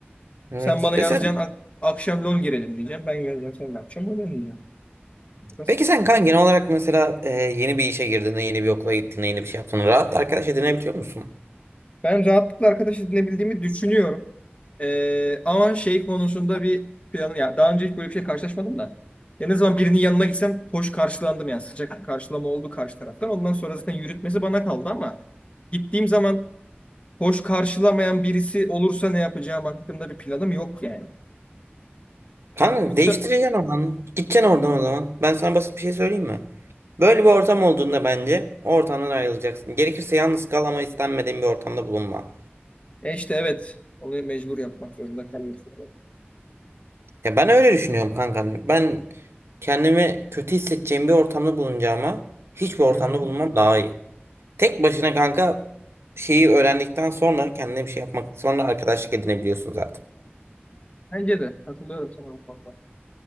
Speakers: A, on the right; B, on the left.
A: Evet.
B: Sen bana yazacaksın
A: Mesela,
B: ak- akşam LOL girelim diyeceğim. Ben geleceğim sen ne yapacaksın? Öyle diyeceğim. Basit.
A: peki sen kanka genel olarak mesela e, yeni bir işe girdiğinde, yeni bir okula gittiğinde, yeni bir şey yaptığında rahat arkadaş edinebiliyor musun?
B: Ben rahatlıkla arkadaş edinebildiğimi düşünüyorum. Ee, ama şey konusunda bir planım ya. Daha önce hiç böyle bir şey karşılaşmadım da. Ya ne zaman birinin yanına gitsem hoş karşılandım yani. Sıcak karşılama oldu karşı taraftan. Ondan sonra zaten yürütmesi bana kaldı ama gittiğim zaman hoş karşılamayan birisi olursa ne yapacağım hakkında bir planım yok yani.
A: Kanka
B: Yoksa
A: değiştireceksin alanı. Gideceksin oradan o zaman. Ben sana basit bir şey söyleyeyim mi? Böyle bir ortam olduğunda bence o ortamdan ayrılacaksın. Gerekirse yalnız kal ama istenmediğin bir ortamda bulunma.
B: E işte evet. Onu mecbur yapmak zorunda kalıyorsun.
A: Ya ben öyle düşünüyorum kanka. Hani Ben kendimi kötü hissedeceğim bir ortamda bulunacağıma hiçbir ortamda
B: Hı hı.
A: bulunmam daha iyi. Tek başına kanka şeyi öğrendikten sonra kendine bir şey yapmak sonra arkadaşlık edinebiliyorsun zaten.
B: Bence de. Katılıyorum sana bu konuda.